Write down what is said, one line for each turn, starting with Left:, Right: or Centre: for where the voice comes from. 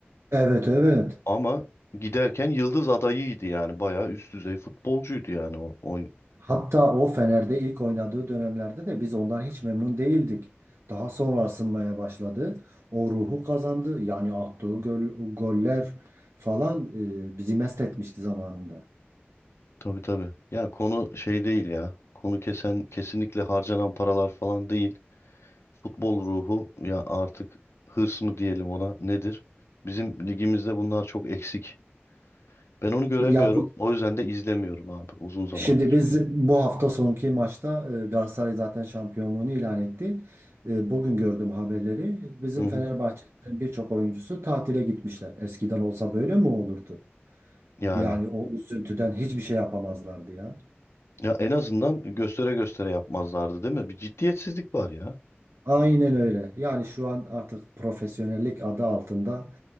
Right: Evet, evet.
Left: ama giderken yıldız adayıydı yani. Bayağı üst düzey futbolcuydu yani o, o
Right: Hatta o Fener'de ilk oynadığı dönemlerde de biz ondan hiç memnun değildik. Daha sonra ısınmaya başladı. O ruhu kazandı. Yani attığı gol- goller falan e, bizi mest etmişti zamanında.
Left: Tabii tabii. Ya konu şey değil ya. Konu kesen kesinlikle harcanan paralar falan değil. Futbol ruhu ya artık hırs mı diyelim ona nedir? Bizim ligimizde bunlar çok eksik. Ben onu göremiyorum.
Right: Ya bu
Left: O yüzden de izlemiyorum abi uzun zamandır.
Right: Şimdi biz bu hafta sonki maçta e, Galatasaray zaten şampiyonluğunu ilan etti. E, Bugün gördüm haberleri. Bizim
Left: Hı hı.
Right: Fenerbahçe'nin birçok oyuncusu tatile gitmişler. Eskiden olsa böyle mi olurdu?
Left: Yani
Right: Yani o üzüntüden hiçbir şey yapamazlardı ya.
Left: ya en azından göstere göstere yapmazlardı değil mi? Bir ciddiyetsizlik var ya.
Right: Aynen öyle. Yani şu an artık profesyonellik adı altında